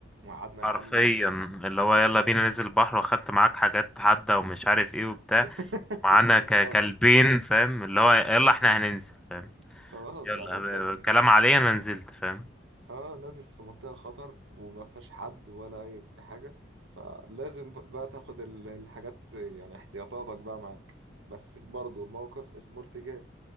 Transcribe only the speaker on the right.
وقعدنا
يا عم آه،
فاهم
<laughs>
بالظبط
خلاص
يعني انت بت...
اه نازل في منطقة خطر وما فيهاش حد ولا اي حاجة فلازم ب- بقى تاخد ال- الحاجات يعني احتياطاتك بقى معاك بس برضه الموقف اسمه ارتجال